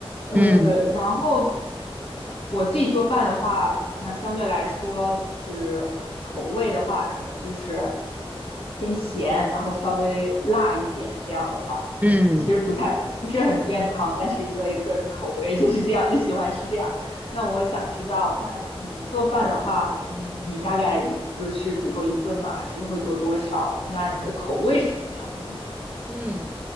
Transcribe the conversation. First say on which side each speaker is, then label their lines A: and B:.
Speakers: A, on the left; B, on the right.
A: 呃，
B: 嗯
A: 然后我自己做饭的话，那相对来说就是口味的话，可能就是偏咸，然后稍微辣一点。这样的话，
B: 嗯。
A: 其实不太不是很健康，但是因为个人口味就是这样，就喜欢吃这样。那我想知道，那你做饭的话，嗯，你大概一次是只做一顿吗？还是会做多少？那你的口味是怎么样的呢？
B: 嗯，